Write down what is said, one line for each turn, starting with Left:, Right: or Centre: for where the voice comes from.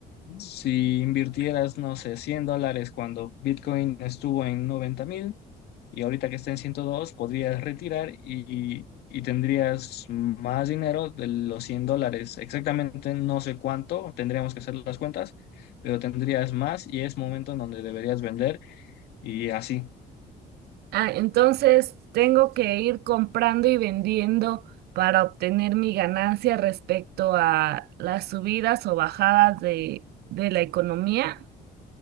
Left: si invirtieras, no sé, 100 dólares cuando Bitcoin estuvo en noventa mil y ahorita que está en ciento dos podrías retirar y, y tendrías más dinero de los 100 dólares. Exactamente no sé cuánto, tendríamos que hacer las cuentas, pero tendrías más y es momento en donde deberías vender y así.
Right: Ah, entonces tengo que ir comprando y vendiendo para obtener mi ganancia respecto a las subidas o bajadas de, de la economía.